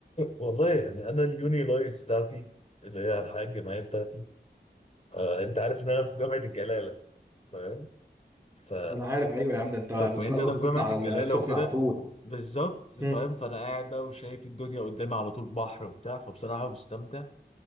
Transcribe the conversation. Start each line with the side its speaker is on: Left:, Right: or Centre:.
Left: والله يعني انا اليوني لايف بتاعتي اللي هي الحياه الجامعيه بتاعتي آه انت عارف ان انا في جامعه الجلاله فاهم ف
Right: ما انا عارف ايوه يا عم ده انت
Left: فكما
Right: بتخلص
Left: ان انا في
Right: وتطلع
Left: جامعه
Right: على
Left: الجلاله
Right: السخنة
Left: وكده
Right: على طول
Left: بالظبط فاهم
Right: هم.
Left: فانا قاعد بقى وشايف الدنيا قدامي على طول بحر وبتاع فبصراحه مستمتع